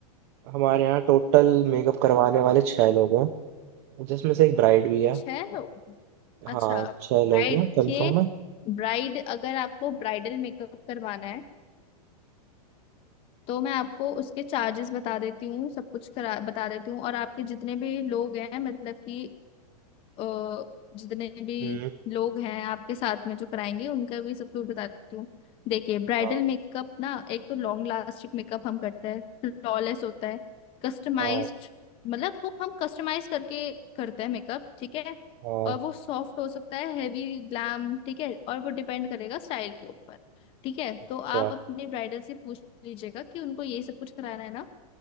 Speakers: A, on the right; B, on the left.
A: हमारे यहाँ टोटल मेकअप करवाने वाले छह लोग हैं जिसमें से एक ब्राइड भी है
B: छह लोग
A: हाँ
B: अच्छा ब्राइड
A: छह लोग हैं
B: देखिए
A: कंफर्म है
B: ब्राइड अगर आपको ब्राइडल मेकअप करवाना है तो मैं आपको उसके चार्जेस बता देती हूँ सब कुछ करा बता देती हूँ और आपके जितने भी लोग हैं मतलब कि अ, जितने भी
A: हम्म
B: लोग हैं आपके साथ में जो कराएंगे उनका भी सब कुछ बताती हूँ देखिए ब्राइडल
A: हाँ
B: मेकअप ना एक तो लॉन्ग लास्टिक मेकअप हम करते हैं फ्लॉलेस होता है कस्टमाइज्ड
A: हाँ
B: मतलब वो हम कस्टमाइज करके करते हैं मेकअप ठीक है
A: हाँ
B: और वो सॉफ्ट हो सकता है हैवी ग्लैम ठीक है और वो डिपेंड करेगा स्टाइल के ऊपर ठीक है
A: अच्छा
B: तो आप अपने ब्राइडल से पूछ लीजिएगा कि उनको ये सब कुछ कराना है ना